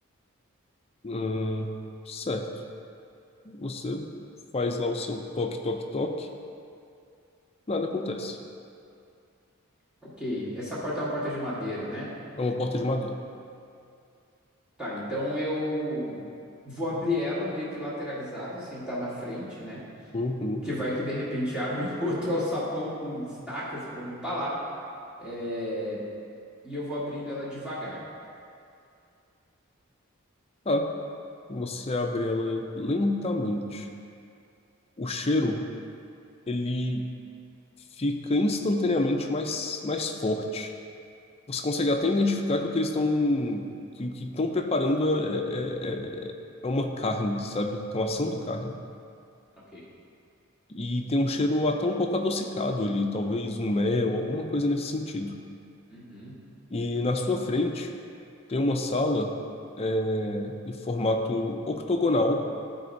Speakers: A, on the left; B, in the centre.
A: Hum, certo. Você faz lá o seu toque, toque, toque, nada acontece.
B: Ok, essa porta é uma porta de madeira, né?
A: É uma porta de madeira.
B: Tá, então eu vou abrir ela meio que lateralizado, sem estar na frente, né?
A: Uhum.
B: Porque vai que de repente abre <laughs> outro alçapão com estacas pra me empalar. É, e eu vou abrindo ela devagar.
A: Ah, Você abre ela lentamente. O cheiro, ele fica instantaneamente mais, mais forte. Você consegue até
B: Ok.
A: identificar que o que eles estão que o que estão preparando é, é, é é uma carne, sabe? Estão assando carne.
B: Ok.
A: E tem um cheiro até um pouco adocicado ali, talvez um mel, alguma coisa nesse sentido.
B: Uhum.
A: E na sua frente tem uma sala é, em formato octogonal